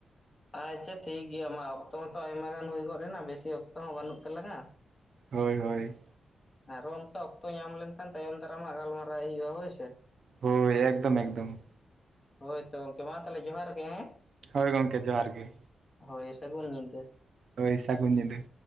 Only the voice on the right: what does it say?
ᱦᱳᱭ ᱦᱳᱭ
ᱦᱳᱭ ᱮᱠᱫᱚᱢ ᱮᱠᱫᱚᱢ
ᱦᱳᱭ ᱜᱚᱝᱠᱮ ᱡᱚᱦᱟᱨ ᱜᱮ᱾
ᱦᱳᱭ ᱥᱟᱹᱜᱩᱱ ᱧᱤᱫᱟᱹ